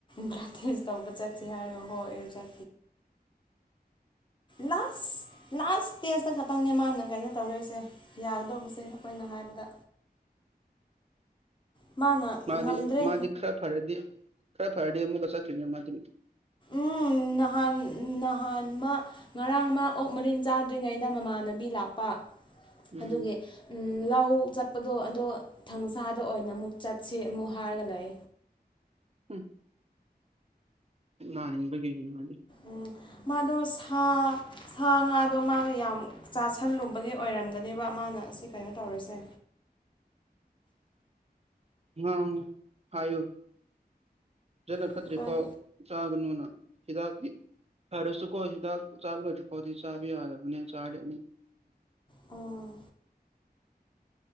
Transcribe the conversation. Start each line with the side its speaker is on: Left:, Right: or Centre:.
Left: ꯕꯂꯠ ꯇꯦꯖ ꯇꯧꯕ ꯆꯠꯁꯤ ꯍꯥꯏꯔꯒ ꯍꯣꯏ ꯊ ꯂꯥꯁ ꯂꯥꯁ ꯇꯦꯁꯇ ꯈꯛꯇꯪꯅꯦ ꯃꯥꯅ ꯀꯩꯅꯣ ꯇꯧꯔꯤꯁꯦ ꯌꯥꯒꯗꯧꯕꯁꯦ ꯑꯩꯈꯣꯏꯅ ꯍꯥꯏꯕꯗ ꯃꯥꯅ
Right: ꯃꯥꯗꯤ
Left: ꯉꯝꯗ꯭ꯔꯦ
Right: ꯃꯥꯗꯤ ꯈꯔ ꯐꯔꯗꯤ ꯈꯔ ꯐꯔꯗꯤ ꯑꯃꯨꯛꯀ ꯆꯠꯈ꯭ꯔꯅꯤ ꯃꯥꯗꯤ
Left: ꯎꯝ ꯅꯍꯥꯟ ꯅꯍꯥꯟ ꯃꯥ ꯉꯔꯥꯡ ꯃꯥ ꯑꯣꯛ ꯃꯔꯤꯟ ꯆꯥꯗ꯭ꯔꯤꯉꯩꯗ ꯃꯃꯥꯟꯅꯕꯤ ꯂꯥꯛꯄ
Right: ꯎꯝ
Left: ꯑꯗꯨꯒꯤ ꯎ ꯂꯧ ꯆꯠꯄꯗꯣ ꯑꯗꯣ ꯊꯥꯡꯖꯗ ꯑꯣꯏꯅ ꯑꯃꯨꯛ ꯆꯠꯁꯤ ꯑꯃꯨꯛ ꯍꯥꯏꯔꯒ ꯂꯩ
Right: ꯎꯝ ꯅꯥꯅꯤꯡ ꯕꯒꯤ ꯃꯥꯗꯤ
Left: ꯎꯝ ꯃꯥꯗꯣ ꯁꯥ ꯁꯥ ꯉꯥꯗꯣ ꯃ ꯌꯥꯝ ꯆꯥꯁꯜꯂꯨꯕꯒꯤ ꯑꯣꯏꯔꯝꯒꯅꯦꯕ ꯃꯥꯅ ꯑꯁꯤ ꯀꯩꯅꯣ ꯇꯧꯔꯁꯦ
Right: ꯑ ꯍꯥꯏꯌꯨ ꯐꯖꯅ
Left: ꯑꯩꯈꯣꯏ
Right: ꯐꯠꯇ꯭ꯔꯤ ꯐꯥꯎ ꯆꯥꯒꯅꯨꯅ ꯍꯤꯇꯥꯛ ꯐꯔꯁꯨꯀꯣ ꯍꯤꯗꯥꯛ ꯆꯥꯕ ꯂꯣꯏꯗ꯭ꯔꯤ ꯐꯥꯎ ꯆꯥꯕꯗꯤ ꯌꯥꯗꯕꯅꯦ ꯆꯅꯤ
Left: ꯑꯣꯥ